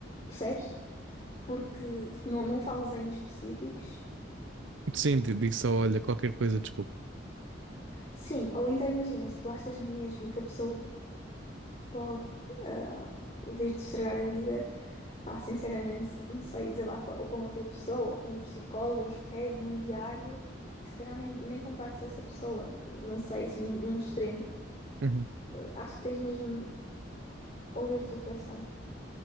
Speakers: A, on the left; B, on the right.
A: percebes? Porque tipo, não, não fales em específicos.
B: Sim, di- disse só, olha, qualquer coisa, desculpa.
A: Sim, ou então imagina, se tu achas mesmo que a pessoa pode ah, vir-te estragar a vida, pá, sinceramente, não sei, desabafa ou com outra pessoa, ou com um psicólogo, ou escreve num diário. E se calhar nem, nem contactes essa pessoa, não sei, assim, num, num extremo.
B: Uhum.
A: Acho que tens mesmo ouvir o teu coração.